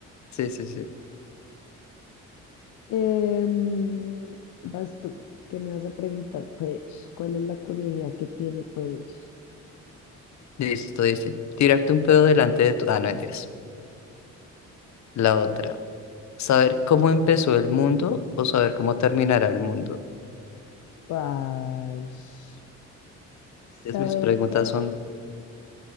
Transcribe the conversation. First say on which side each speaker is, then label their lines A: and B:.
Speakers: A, on the left (about 65°); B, on the left (about 80°).
A: sí, sí, sí.
B: Em, vas tú, ¿qué me vas a preguntar? Pues, ¿cuál es la curiosidad que tiene, pues,
A: Listo, dice. Tirarte un pedo delante de tu... Ah, no, mentiras. La otra. ¿Saber cómo empezó el mundo o saber cómo terminará el mundo?
B: Pues, saber
A: Es, mis preguntas
B: cómo,
A: son...